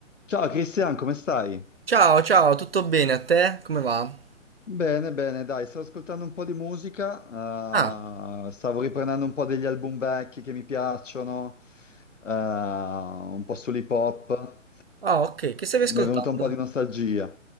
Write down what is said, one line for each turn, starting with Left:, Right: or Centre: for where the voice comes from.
Left: Ciao Cristian, come stai?
Right: Ciao, ciao, tutto bene a te? Come va?
Left: Bene, bene, dai, stavo ascoltando un po' di musica,
Right: Ah,
Left: eh, stavo riprendendo un po' degli album vecchi che mi piacciono, eh, un po' sull'hip hop,
Right: ah, ok, che stavi ascoltando?
Left: mi è venuta un po' di nostalgia,